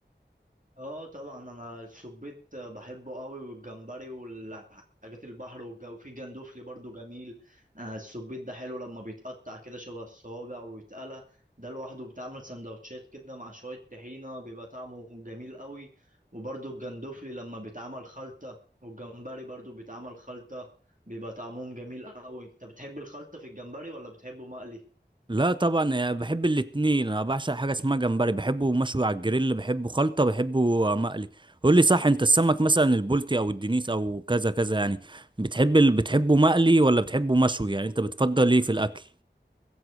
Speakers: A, on the right; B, on the right.
A: اه طبعا انا السبيت بحبه قوي والجمبري والحاجات البحر والجو وفي جندوفلي برضو جميل آه، السبيت ده حلو لما بيتقطع كده شبه الصوابع ويتقلى ده لوحده بتعمل سندوتشات كده مع شوية طحينة بيبقى طعمه جميل قوي وبرضو الجندوفلي لما بيتعمل خلطة والجمبري برضو بيتعمل خلطة بيبقى طعمهم جميل قوي انت بتحب الخلطة في الجمبري ولا بتحبه مقلي؟
B: لا طبعا أنا بحب الاتنين انا بعشق حاجه اسمها جمبري بحبه مشوي على الجريل بحبه خلطه بحبه مقلي قول لي صح انت السمك مثلا البلطي او الدنيس او كذا كذا يعني بتحب ال... بتحبه مقلي ولا بتحبه مشوي يعني انت بتفضل ايه في الاكل